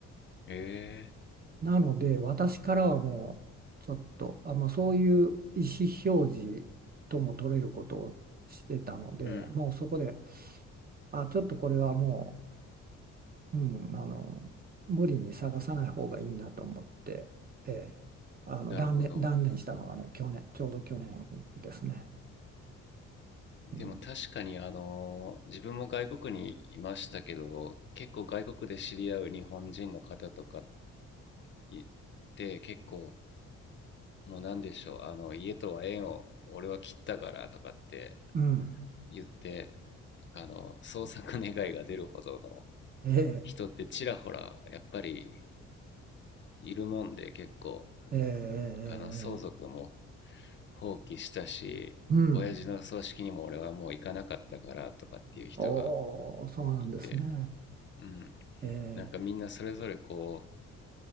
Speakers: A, on the left (about 40°); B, on the right (about 30°).
A: へえ
B: なので私からはもうちょっとあ、まあ、そういう意思表示とも取れることをしてたのでもうそこで
A: うん
B: あちょっとこれはもう、うん、あの無理に探さない方がいいなと思って、ええ、あの断念、
A: なるほど
B: 断念したのがね去年ちょうど去年ですね。
A: でも確かにあの自分も外国にいましたけど結構外国で知り合う日本人の方とか
B: うん、
A: いて結構もう何でしょうあの家とは縁を俺は切ったからとかって
B: うん
A: 言ってあの創作願いが出るほどの
B: ええ、
A: 人ってちらほらやっぱりいるもんで結構
B: ええ、ええ、
A: あの相続も
B: え
A: 放棄したし親父の葬式にも俺はもう行かなかったからとかっていう人が
B: うん。おー、そうなんですね。
A: いて、うん、
B: ええ、
A: なんかみんなそれぞれこ